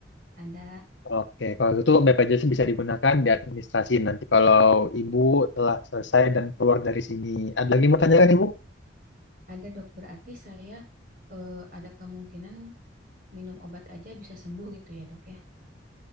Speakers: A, on the right (about 50°); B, on the left (about 75°).
A: ada,
B: Oke, kalau gitu BPJS bisa digunakan di administrasi nanti kalau Ibu telah selesai dan keluar dari sini. Ada lagi yang mau tanyakan, Ibu?
A: ada dok. Berarti saya eh, ada kemungkinan minum obat aja bisa sembuh gitu ya dok ya?